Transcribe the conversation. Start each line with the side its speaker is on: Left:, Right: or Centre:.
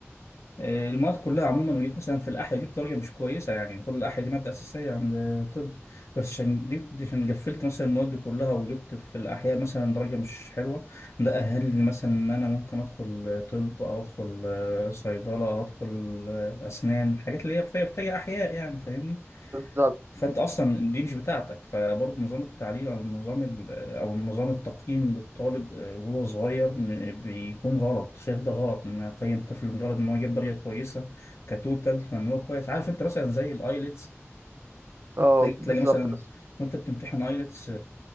Left: آه، المواد كلها عموما وجيت مثلا في الأحياء جبت درجة مش كويسة يعني طول الأحياء دي مادة أساسية عند طب بس عشان دي عشان قفلت مثلا المواد دي كلها وجبت في الأحياء مثلا درجة مش حلوة ده أهلني مثلا إن أنا ممكن أدخل طب أو أدخل آه، صيدلة أو أدخل آه، أسنان الحاجات اللي هي محتاجة محتاجة أحياء يعني فاهمني
Right: بالظبط
Left: فأنت أصلا دي مش بتاعتك فبرضه نظام التعليم أو نظام او نظام التقييم للطالب آه، وهو صغير م- بيكون غلط شايف ده غلط ان اقيم طفل مجرد ان هو يجيب درجه كويسه كتوتال فان هو كويس عارف انت مثلا زي الايلتس
Right: اه
Left: تلاقي تلاقي
Right: بالظبط
Left: مثلا
Right: بس
Left: وانت بتمتحن ايلتس